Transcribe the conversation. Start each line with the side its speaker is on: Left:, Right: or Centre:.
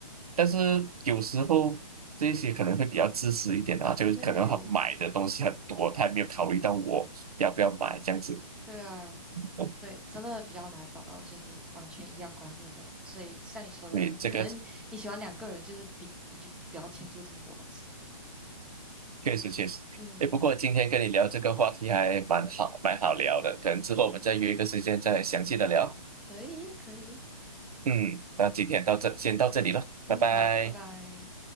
Right: 但是有时候这些可能会比较自私一点啊，就是可能他买的东西很多，
Centre: 对
Right: 他也没有考虑到我要不要买这样子。
Centre: 对啊，
Right: 嗯，
Centre: 对，真的比较难找到就是完全一样观念的人。所以像你说的，
Right: 对，这个
Centre: 可能你你喜欢两个人，就是比你就不要迁就这么多东西。
Right: 确实确实。
Centre: 嗯，
Right: 诶，不过今天跟你聊这个话题还蛮好，蛮好聊的，可能之后我们再约一个时间再详细的聊。
Centre: 可以可以，
Right: 嗯，那今天到这，先到这里了，拜拜。
Centre: 嗯，好，拜拜。